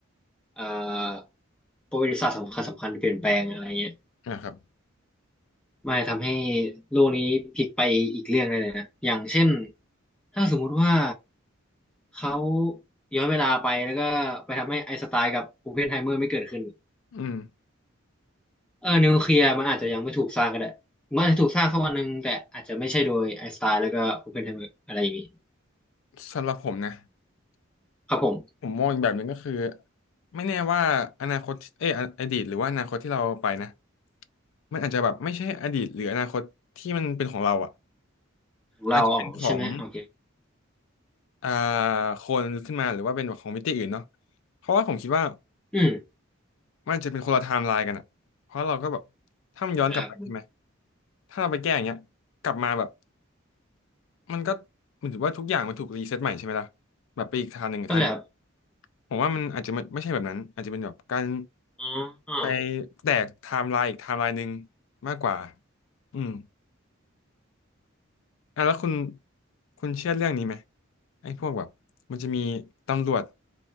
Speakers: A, in the centre; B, on the left.
A: เอ่อประวัติศาสตร์สำคัญสำคัญเปลี่ยนแปลงอะไรเงี้ย
B: นะครับ
A: ไม่ทำให้โลกนี้พลิกไปอีกเรื่องได้เลยนะ อย่างเช่น ถ้าสมมุติว่าเขาย้อนเวลาไปแล้วก็ไปทำให้ไอน์สไตน์กับโอเพนไฮเมอร์ไม่เกิดขึ้น
B: อืม
A: เออนิวเคลียร์มันอาจจะยังไม่ถูกสร้างก็ได้มันอาจจะถูกสร้างสักวันหนึ่งแต่อาจจะไม่ใช่โดยไอน์สไตน์แล้วก็โอเพนไฮเมอร์อะไรอย่างนี้
B: สำหรับผมนะ
A: ครับผม
B: ผมมองอีกแบบหนึ่งก็คือไม่แน่ว่าอนาคตเอยออดีตหรือว่าอนาคตที่เราไปนะมันอาจจะแบบไม่ใช่อดีตหรืออนาคตที่มันเป็นของเราอ่ะ
A: ของเราออกใช่ไหมโอเค
B: อาจจะเป็นของอ่าคนขึ้นมาหรือว่าเป็นของมิติอื่นเนาะเพราะว่าผมคิดว่า
A: อืม
B: มันอาจจะเป็นคนละไทม์ไลน์กันอ่ะเพราะเราก็แบบถ้ามันย้อนกลับไปใช่ไหม
A: เข้าใจครับ
B: ถ้าเราไปแก้อย่างเงี้ยกลับมาแบบมันก็เหมือนถือว่าทุกอย่างมันถูกรีเซ็ตใหม่ใช่ไหมล่ะแบบไปอีกทางหนึ่งทาง
A: เข้าใจครับ
B: ผมว่ามันอาจจะไม่ไม่ใช่แบบนั้นอาจจะเป็นแบบการ
A: อ๋อ
B: ไปแตกไทม์ไลน์อีกไทม์ไลน์หนึ่งมากกว่าอืมอ่ะแล้วคุณคุณเชื่อเรื่องนี้ไหมไอ้พวกแบบมันจะมีตำรวจ